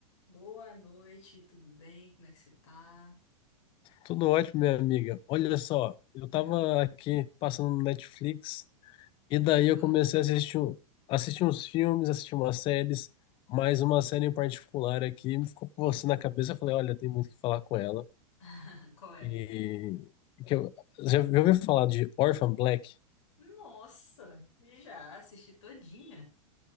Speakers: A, on the left (about 55°); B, on the left (about 30°).
A: Boa noite, tudo bem? Como é que você tá?
B: Tudo ótimo, minha amiga. Olha só, eu
A: Hum,
B: tava aqui passando no Netflix e daí
A: diga
B: eu
A: lá.
B: comecei a assistir, um- assistir uns filmes, assistir umas séries, mas uma série em particular aqui me ficou com você na cabeça. Eu falei, olha, tem muito o que falar com ela.
A: <laughs> Qual é?
B: E que eu, já, já ouviu falar de Orphan Black?
A: Nossa, já assisti todinha.